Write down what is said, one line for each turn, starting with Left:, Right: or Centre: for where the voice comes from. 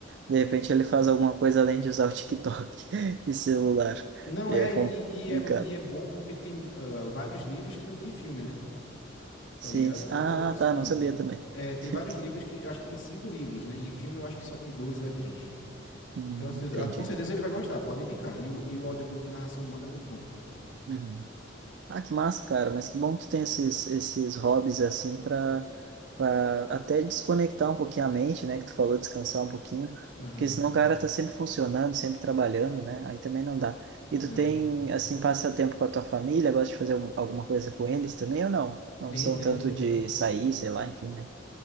Right: De repente ele faz alguma coisa além de usar o TikTok <laughs> e celular.
Left: Não
Right: E
Left: é,
Right: é complicado.
Left: e, e é, e é bom porque tem uh, vários livros que não tem filme, né?
Right: Sim.
Left: tá ligado?
Right: Ah,
Left: Então, assim,
Right: tá. Não sabia também.
Left: é, tem
Right: <laughs>
Left: vários livros que eu acho que tem cinco livros, né? E filme eu acho que só tem dois ou é três.
Right: Hum,
Left: Então, assim,
Right: entendi.
Left: eu- ah, com certeza ele vai gostar, pode indicar. E o, e o audiobook Narração Humana é muito bom.
Right: Uhum. Ah, que massa, cara. Mas que bom que tu tem esses, esses hobbies assim para para até desconectar um pouquinho a mente, né? Que tu falou, descansar um pouquinho.
Left: Aham.
Right: Porque senão o cara tá sempre funcionando, sempre trabalhando, né? Aí também não dá. E tu
Left: É.
Right: tem, assim, passa tempo com a tua família, gosta de fazer algum- alguma coisa com eles também ou não? Não
Left: Tem,
Right: são
Left: tem,
Right: tanto
Left: eu tenho.
Right: de sair, sei lá, enfim, né?